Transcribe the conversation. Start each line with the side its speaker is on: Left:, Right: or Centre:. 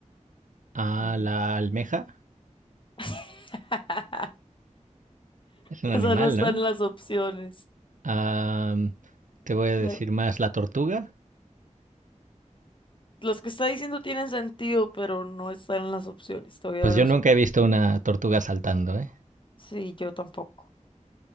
Right: a
Left: Mm.
Right: la almeja,
Left: <laughs>
Right: es un
Left: Esas
Right: animal,
Left: no están
Right: ¿no?
Left: en las opciones.
Right: Am, te voy a decir
Left: La-
Right: más, la tortuga.
Left: los que está diciendo tienen sentido, pero no están en las opciones. Te voy
Right: Pues
Left: a dar
Right: yo
Left: las
Right: nunca
Left: opciones.
Right: he visto una tortuga saltando, ¿eh?
Left: Sí, yo tampoco.